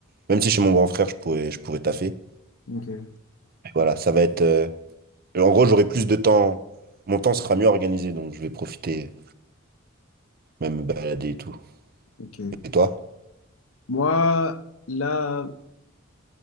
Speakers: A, on the right (about 45°); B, on the left (about 70°).
A: Même si chez mon grand frère, je pourrais, je pourrais taffer.
B: ok,
A: Mais voilà, ça va être. euh, En gros, j'aurai plus de temps. Mon temps sera mieux organisé, donc je vais profiter, même me balader et tout.
B: ok.
A: Et toi?
B: Moi, là,